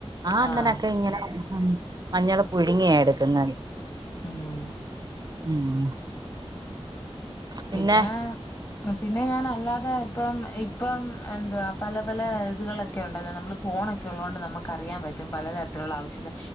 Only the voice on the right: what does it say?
ആ അണ്ണനൊക്കെ
ഇങ്ങനെ ഉം മഞ്ഞള് പുഴുങ്ങിയാ എടുക്കുന്നത്
ഉം പിന്നെ